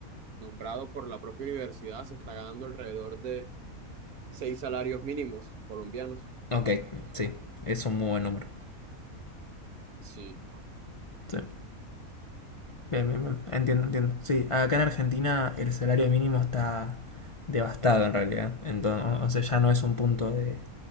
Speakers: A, on the right; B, on the left.
A: nombrado por la propia universidad se está ganando alrededor de seis salarios mínimos colombianos.
B: Ok, sí, es un muy buen número.
A: Sí,
B: Sí. Bien, bien, bien. Entiendo, entiendo. Sí, acá en Argentina el salario mínimo está devastado en realidad. Entonces, o sea, ya no es un punto de,